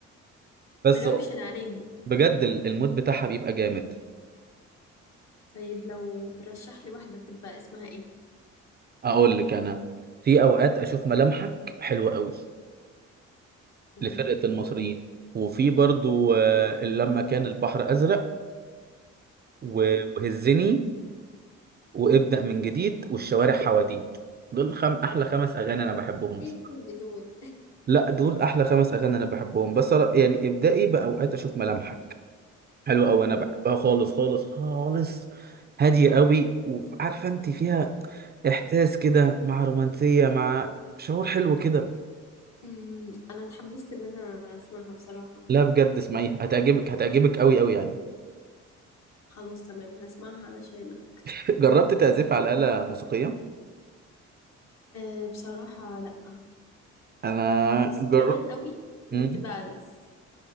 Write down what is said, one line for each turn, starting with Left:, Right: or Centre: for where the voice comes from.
Right: بس
Left: مروشن عليهم
Right: بجد ال- المود بتاعها بيبقى جامد
Left: طيب لو ترشح لي واحدة تبقى اسمها ايه
Right: اقول لك انا في اوقات اشوف ملامحك حلوه قوي
Left: تمام
Right: لفرقه المصريين
Left: حلو.
Right: وفي برضو آه، لما كان البحر ازرق
Left: مم.
Right: و- وهزني وابدا من جديد والشوارع حواديت دول خم... احلى خمس اغاني انا بحبهم
Left: ايه
Right: بس
Left: كل دول
Right: لا دول احلى خمس اغاني انا بحبهم بس أنا- يعني ابدائي باوقات اشوف ملامحك حلوه قوي انا
Left: طيب
Right: بحبها خالص خالص خالص هاديه قوي وعارفه انت فيها احساس كده مع رومانسيه مع شعور حلو كده
Left: مم. انا اتحمست ان انا اسمعها بصراحة
Right: لا بجد اسمعيها هتعجبك هتعجبك قوي قوي يعني
Left: خلاص تمام هسمعها علشانك
Right: <laughs> جربت تعزف على آلة موسيقية
Left: أه بصراحة لأ
Right: انا
Left: بس
Right: جربت
Left: زمان قوي كنت
Right: امم
Left: بعزف